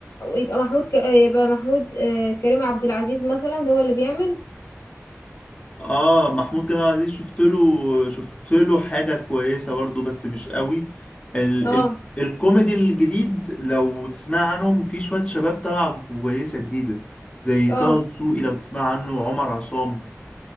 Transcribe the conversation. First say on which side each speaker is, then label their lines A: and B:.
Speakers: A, on the left (about 70°); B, on the left (about 20°).
A: يبقى محمود ك... يبقى محمود آه، كريم عبد العزيز مثلا هو اللي بيعمل
B: اه محمود جمال عزيز شفت له شفت له حاجة كويسة برضو بس مش قوي ال
A: اه
B: ال الكوميدي الجديد لو تسمع عنهم في شوية شباب طالعة كويسة جديدة زي
A: اه
B: طه دسوقي لو تسمع عنه وعمر عصام